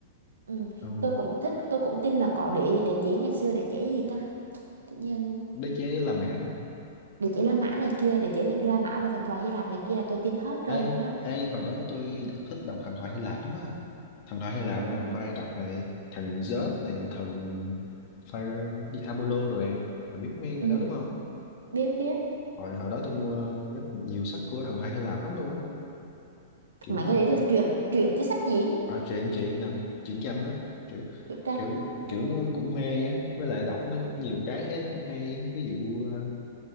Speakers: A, on the right; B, on the left.
A: ừ.
B: Ờ,
A: tôi cũng thích tôi cũng tin là có đế đế chế ngày xưa đế chế gì ta tự nhiên
B: đế chế La Mã.
A: đế chế La Mã này kia đế chế La Mã và thần thoại Hy Lạp này kia là tôi tin hết
B: Ê,
A: trơn nữa
B: ê, hồi đó tôi đã thích đọc thần thoại Hy Lạp lắm á. Thần thoại Hy Lạp
A: Ừ.
B: và thần thoại Ai Cập này, thần Zeus này, thần Pharaoh, gì, Apollo rồi này. Mà biết mấy người
A: Ừ.
B: đó đúng không?
A: Biết biết.
B: Hồi hồi đó tôi mua rất nhiều sách của thần thoại Hy Lạp lắm luôn á. Kiểu
A: Mà
B: như
A: cái đấy là truyện truyện chứ sách gì?
B: à, chuyện chuyện nằm chuyện tranh đó kiểu
A: Truyện tranh.
B: kiểu kiểu
A: Ừ.
B: nó cũng mê á với lại đọc nó cũng nhiều cái thấy nó cũng hay ví dụ ờ,